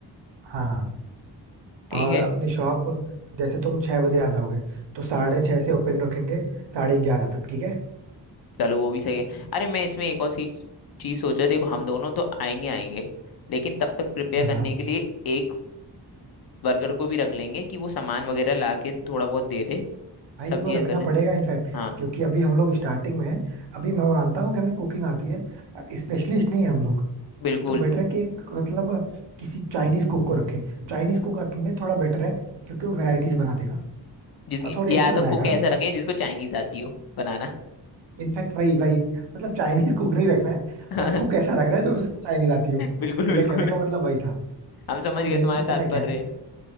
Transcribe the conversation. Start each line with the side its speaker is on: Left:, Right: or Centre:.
Right: हाँ हाँ
Left: ठीक
Right: और
Left: है
Right: अपनी शॉप जैसे तुम छह बजे आ जाओगे तो साढ़े छह से ओपन रखेंगे साढ़े ग्यारह तक ठीक है
Left: चलो वो भी सही है अरे मैं इसमें एक और चीज चीज सोचा देखो हम दोनों तो आएंगे आएंगे लेकिन तब तक प्रिपेयर
Right: हाँ
Left: करने
Right: हाँ
Left: के लिए एक वर्कर को भी रख लेंगे कि वो सामान वगैरह ला के थोड़ा बहुत दे दे
Right: भाई
Left: सब चीजें
Right: वो रखना
Left: कर ले
Right: पड़ेगा इनफैक्ट
Left: हाँ
Right: क्योंकि अभी हम लोग स्टार्टिंग में हैं अभी मैं मानता हूँ कि हमें कुकिंग आती है स्पेशलिस्ट नहीं है हम लोग
Left: बिल्कुल
Right: तो बेटर है कि एक मतलब किसी चाइनीज कुक को रखें चाइनीज कुक रखेंगे थोड़ा बेटर है क्योंकि वो वेराइटीज बना देगा
Left: जिसकी
Right: और थोड़ी अच्छी
Left: या
Right: बनाएगा
Left: तो कुक ऐसा
Right: ना
Left: रखें जिसको चाइनीज आती हो बनाना
Right: इनफैक्ट वही वही मतलब चाइनीज कुक नहीं रखना है
Left: <laughs>
Right: बस कुक ऐसा रखना है जो उसको चाइनीज आती हो
Left: बिल्कुल
Right: मेरे
Left: बिल्कुल
Right: कहने का मतलब वही था
Left: हम समझ
Right: और
Left: गए
Right: मेन
Left: तुम्हारा
Right: चीज पता
Left: तात्पर्य
Right: है क्या है